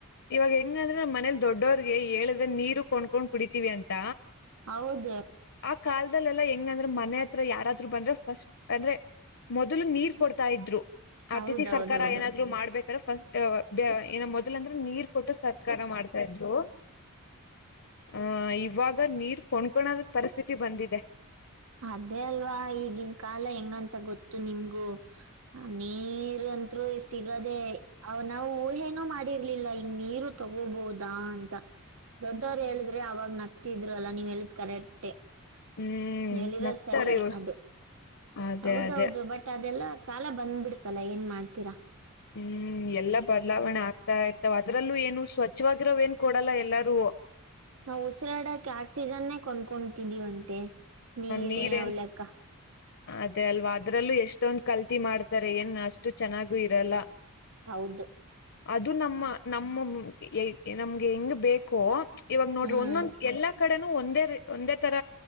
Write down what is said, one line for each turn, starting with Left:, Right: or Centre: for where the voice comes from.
Left: ಇವಾಗ ಹೆಂಗಂದ್ರೆ ನಮ್ಮ ಮನೇಲಿ ದೊಡ್ಡೋರ್ಗೆ ಹೇಳಿದ್ರೆ ನೀರು ಕೊಂಡ್ಕೊಂಡ್ ಕುಡಿತ ತಿವಿ ಅಂತ
Right: ಹೌದು
Left: ಆ ಕಾಲ್ದ ಕೇಂದ್ರೇ ಮನೆ ಹತ್ರ ಯಾರಾದ್ರು ಬಂದ್ರೆ ಫಸ್ಟ್ ಅಂದ್ರೆ ಮೊದಲು ನೀರ್ ಕೊಡ್ ತಾ ಇದ್ರು ಅತಿಥಿ
Right: ಹೌದೌದೌದು
Left: ಸತ್ಕಾರ ಏನಾದ್ರು ಮಾಡ್ಬೇಕಾರೆ ಫಸ್ಟ್ ಏನ ಮೊದಲ ಅಂದ್ರೆ ನೀರ್ ಕೊಟ್ಟ ಸತ್ಕಾರ ಮಾಡ್ತಾ ಇದ್ರು ಆಹ ಇವಾಗ ನೀರ್ ಕೊಂಡ್ಕೋಣದ ಪರಿಸ್ಥಿ ತಿ ಬಂದಿದೆ.
Right: ಅದೇ ಅಲ್ವಾ ಈಗಿನ್ ಕಾಲ ಹೆಂಗಂತ ಗೊತ್ ತ್ತು ನಿಮಗು ನಮ್ ನೀ ನೀರಂತ್ರು ಸಿಗದೆ ಅವ ನಾವು ಊಹೇನೋ ಮಾಡಿರ್ಲಿಲ್ಲ ಹಿಂಗ ನೀರು ತಗೋಬಹದಾ ಅನ್ ದೊಡ್ಡವ್ರು ಹೇಳಿದ್ರೆ ಅವಾಗ ನಾ ತ್ತಿದ್ರಲ್ಲ ನೀವ್ ಹೇಳಿದ್ ಕರೆಕ್ಟೇ
Left: ಹ್ಮ್
Right: ಹೇಳಿರೋ
Left: ನಗ್ತಾರೆ
Right: ಸರಿ
Left: ಇವಾಗ
Right: ಅದು
Left: ಅದೇ
Right: ಹೌದೌದು
Left: ಅದೇ
Right: ಬಟ್ ಅದೆಲ್ಲ ಕಾಲ ಬಂದ್ಬಿಡ್ತಲ್ಲ ಏನ್ ಮಾಡ್ತೀರಾ?
Left: ಹ್ಮ್ ಎಲ್ಲಾ ಬದಲಾವಣೆ ಆಗ್ತಾ ಇರ್ತವ ಅದ್ರಲ್ಲೂ ಏನು ಸ್ವಚ್ಛವಾಗಿರೋವ್ ಏನ್ ಕೊಡಲ್ಲ ಎಲ್ಲಾರೂ.
Right: ನಾವ್ ಉಸಿರಾಡಕ್ ಆಕ್ಸಿಜನ್ನೇ ಕೊಂಡ ಕೊಂತಿದೀವಂತೆ ನೀರೇ
Left: ನೀರ್ ಏನ್
Right: ಅವ್ಲಕ್ಕ
Left: ಅದೇ ಅಲ್ವಾ ಅದ್ರಲ್ಲೂ ಎಷ್ಟೊಂದ್ ಕಲ್ತಿ ಮಾಡ್ತಾರೆ ಏನ್ ಅಷ್ಟು ಚೆನ್ನಾಗು ಇರಲ್ಲ.
Right: ಹೌದು
Left: ಅದು ನಮ್ಮ ನಮ್ಮ ನಮ್ಗೆ ಹೆಂಗ್ ಬೇಕೋ ಇವಾಗ ನೋಡ್ರಿ
Right: ಹ್ಮ್
Left: ಒಂದೊಂದ್ ಎಲ್ಲಾ ಕಡೆನ್ ಒಂದೇ ಒಂದೇ ತರ